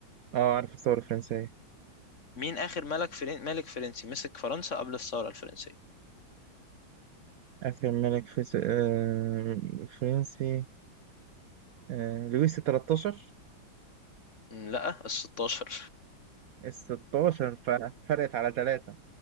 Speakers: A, on the right; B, on the left.
A: اه عارف الثورة الفرنسية
B: مين آخر ملك فرن... ملك فرنسي مسك فرنسا قبل الثورة الفرنسية؟
A: آخر ملك فس... آه... فرنسي آه... لويس التلتاشر
B: مم، لا ال 16
A: الستاشر فرق فرقت على ثلاثة